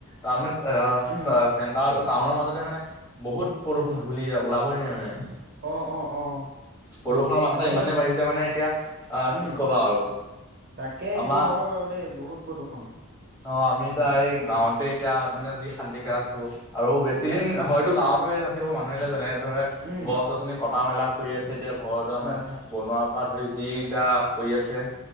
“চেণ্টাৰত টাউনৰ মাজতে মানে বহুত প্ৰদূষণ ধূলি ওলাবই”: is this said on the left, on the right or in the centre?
Left